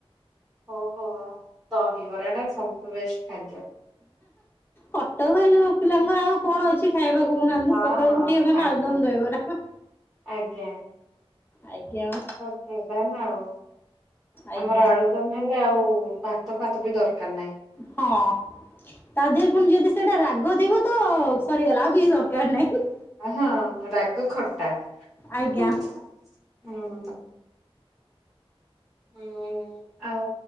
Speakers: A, in the centre; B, on the left.
A: ଓହୋ ଦହିବରାଟା ସବୁଠୁ ବେଷ୍ଟ ଖାଦ୍ୟ।
B: କଟକ <unintelligible> ପିଲାଙ୍କର ଆଉ କଣ ଅଛି ଖାଇବା କହୁନାହାନ୍ତି,
A: ହଁ
B: ସକାଳୁ
A: ହଁ
B: ଉଠିଏ ମାନେ
A: ଆଜ୍ଞା
B: ଆଳୁଦମ୍ ଦହିବରା।
A: ଆଜ୍ଞା
B: ଆଜ୍ଞା।
A: <unintelligible> ଧା ନା ଆଉ,
B: ଆଜ୍ଞା
A: ଆମର ଆଳୁ ଦମ୍ ହେଲେ ଆଉ ଭାତ ଫାତ ବି ଦରକାର ନାଇଁ।
B: ହଁ। ତା ଦେହରେ ପୁଣି ଯଦି ସେଇଟା ରାଗ ଥିବ ତ ସରିଗଲା, ଆଉ କିଛି ଦରକାର ନାହିଁ।
A: ଓ ହଁ ରାଗ ଖଟା,
B: ଆଜ୍ଞା
A: <unintelligible> ହୁଁ। ହୁଁ ଆଉ